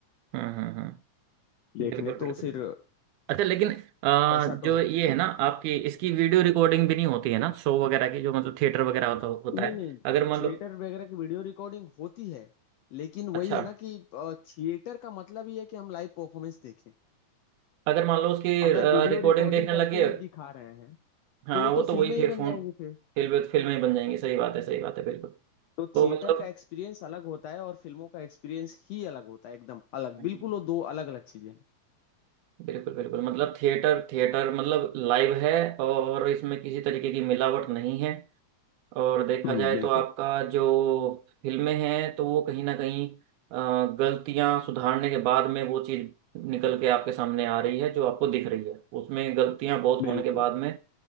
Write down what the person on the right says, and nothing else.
हम्म हम्म, हम्म,
बिल्कुल बिल्कुल
बिल्कुल अच्छा लेकिन आ,
जो ये
है ना आपकी इसकी वीडियो रिकॉर्डिंग भी नहीं होती है ना शो वगैरह की जो मतलब थिएटर वगैरह होता होता
है
अगर मान
लो
अच्छा
अगर मान लो उसकी
रिकॉर्डिंग
देखने
लगे
हाँ
वो तो
वही फिर
फोन
फिल्म फिल्में बन जाएंगी सही बात है सही बात है बिल्कुल
तो
मतलब
हम्म।
बिल्कुल बिल्कुल मतलब थिएटर थिएटर मतलब लाइव है और इसमें किसी तरीके की मिलावट नहीं है और देखा
जाए
तो आपका जो फिल्में हैं तो वो कहीं ना कहीं अ, गलतियां सुधारने के बाद में वो चीज़ निकल के आपके सामने आ रही है जो आपको दिख रही है उसमें गलतियां बहुत
होने के बाद में